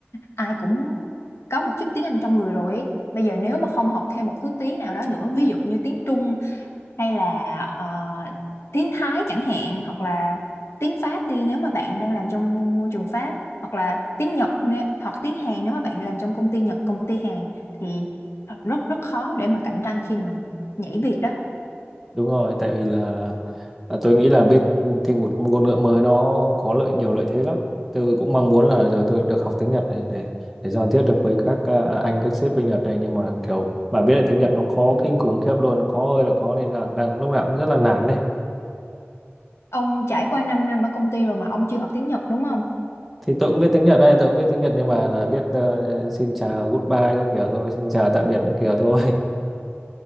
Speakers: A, on the left; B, in the centre.
A: ai cũng có một chút tiếng Anh trong người rồi. Bây giờ nếu mà không học thêm một thứ tiếng nào đó nữa, ví dụ như tiếng Trung hay là ờ, tiếng Thái chẳng hạn hoặc là tiếng Pháp đi nếu mà bạn đang làm trong môi trường Pháp hoặc là tiếng Nhật nè- hoặc tiếng Hàn nếu mà bạn làm trong công ty Nhật công ty Hàn thì rất rất khó để mà cạnh tranh khi mà nhảy việc đó
B: Đúng rồi, tại vì là, là tôi nghĩ là biết thêm một ngôn ngữ mới nó có lợi nhiều lợi thế lắm. Tôi cũng mong muốn là giờ tôi được học tiếng Nhật này để để giao tiếp được với các à, à, anh các sếp bên Nhật này nhưng mà kiểu bà biết là tiếng Nhật nó khó kinh khủng khiếp luôn, nó khó ơi là khó nên là đang lúc nào cũng rất là nản này.
A: ông trải qua 5 năm ở công ty rồi mà ông chưa học tiếng Nhật đúng không
B: Thì tôi cũng biết tiếng Nhật đây, tôi cũng biết tiếng Nhật nhưng mà là biết ờ, xin chào, goodbye các kiểu thôi, xin chào tạm biệt các kiểu thôi. <laughs>